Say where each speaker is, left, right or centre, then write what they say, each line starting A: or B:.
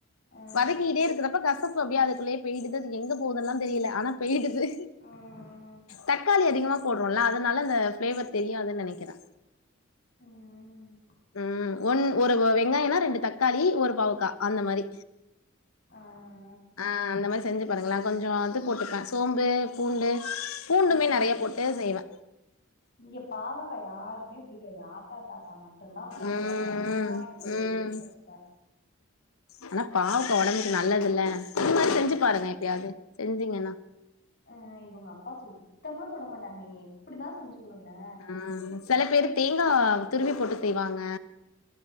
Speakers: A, on the left (about 45°); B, on the left (about 80°).
A: ஆ
B: வதக்கிட்டே இருக்கறப்ப கசப்பு அப்டியே அதுக்குள்ளே பெய்டுத் தது எங்க போதல்லா தெரியல ஆனா பெய்டுது
A: ஆ ம் ம்
B: தக்காளி அதிகமாப் போட்றோல அதனால அந்த ஃப்ளேவர் தெரியாதுன் நனைக்குறே
A: ம்
B: ம் வன் ஒரு வா வே வெங்காய்ன்னா ரெண்டு தக்காளி ஒரு பாவ்க்கா அந்த மாரி
A: ஆ
B: ஆ அந்த மாரி செஞ்சு பாருங்ளே கொஞ்சோ அது போட்டுப்பே சோம்பே பூண்டு பூண்டுமே
A: ஆ ஆ
B: நெறைய போட்டு செய்வ
A: இங்கே பாவக்கா யார்க்குமே பிடிக்காது ஆத் தாத்தாத்தா மட்டுன்தா சாப்டுவாங்க
B: ம்
A: நா
B: ம்
A: ரெண்டு பீஸ்
B: ம்
A: வச்சுப்பே
B: ஆனா பாவக்க ஒடம்புக்கு நல்லதுல்ல இந்து
A: ம்
B: மாரி செஞ்சு பாருங்க எப்பயாவ்து செஞ்சீங்கன்னா
A: அ இவங்க அப்பா சுத்தமா தொடமாட்டாங்க நீங்கு யே இப்டிதா செஞ்சு குடுங்ளே
B: ஆ செல பேரு தேங்கா திருவி போட்டு செய்வாங்க